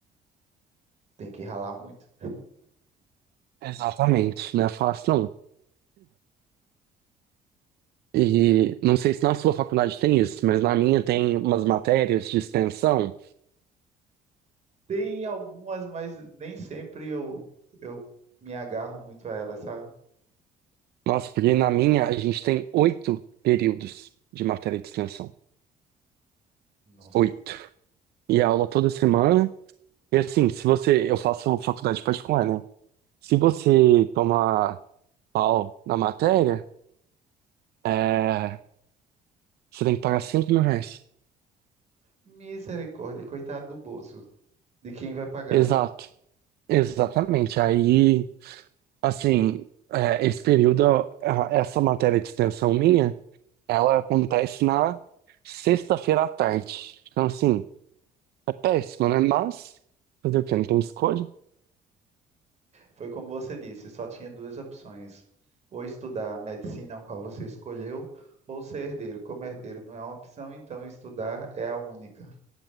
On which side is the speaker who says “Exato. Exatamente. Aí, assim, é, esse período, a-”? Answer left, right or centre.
Right